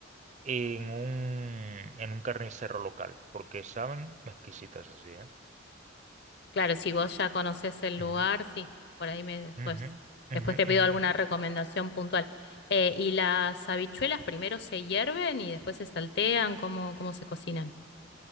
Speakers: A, on the right (about 35°); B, on the left (about 55°).
A: en un, en un carnicero local, porque saben exquisitas así, ¿eh?
B: Claro, si vos ya conocés el lugar,
A: Ujú,
B: sí, por ahí me después,
A: ujú, ujú,
B: después te pido
A: ujú,
B: alguna
A: ujú.
B: recomendación puntual. Eh, ¿y las habichuelas primero se hierven y después se saltean? ¿Cómo, cómo se cocinan?